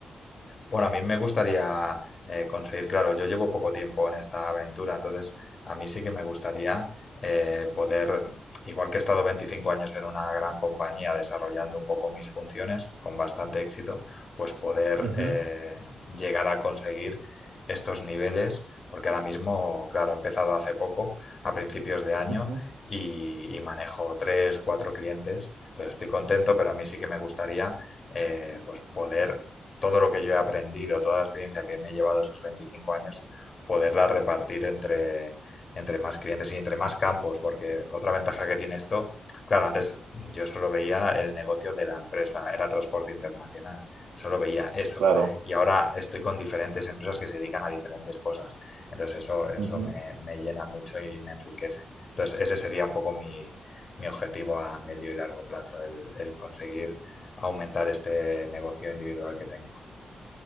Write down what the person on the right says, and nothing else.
Ujú,
ujú,
Claro.
ujú.